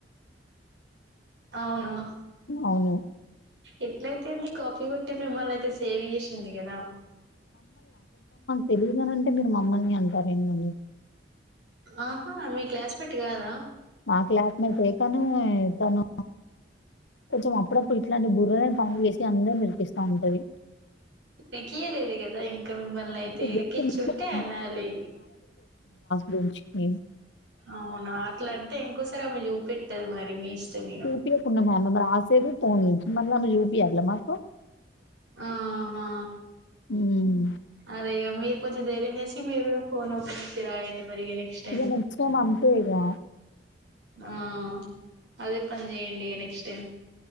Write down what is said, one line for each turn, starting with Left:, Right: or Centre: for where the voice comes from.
Right: అవునా
Left: అవును
Right: ఎట్లయితేంది కాఫ కొట్టటి మిమ్మల్ని అయితే సేవ్ చేసింది కదా
Left: తెలిగుండి ట మీరు మమ్మల్ని అండీ మరి
Right: ఆహా మీ క్లాస్ పెట్ కాదా
Left: ఆ క్లాక్మ కాని తాను కొంచెం అప్పుడప్పుడు ఇట్లాంటి బుర్రని పని చేసి అందరు ఇర్కిస్థా ఉంటది
Right: ఇరికియలేదు కదా ఇంకా మిమ్మల్ని అయితే ఇరికిచ్చు
Left: జస్ట్ మిస్టేక్
Right: ఉంటే అనాలి
Left: గుంచకి
Right: అవునా అట్లంటే ఇంకో <unintelligible> మె చూప పెట్టదు మరి మీ ఇష్టం ఇగ
Left: చూపియకు కున్నామా <unintelligible> చెడిట్ ఆనియన్స్ మళ్ళఐన చూపియర్ల మాకు
Right: ఆహా
Left: ఉమ్.
Right: అదే మీరు కొంచెం ధైర్యం చేసి మీరు కూడా ఫోన్ ఓపెన్ చేసి రాయండి మరి ఇగ నెక్స్ట్ టైం
Left: ఇది నిచ్చన అంతే గా
Right: ఆ అదే పని చెయ్యడి నెక్స్ట్ టైం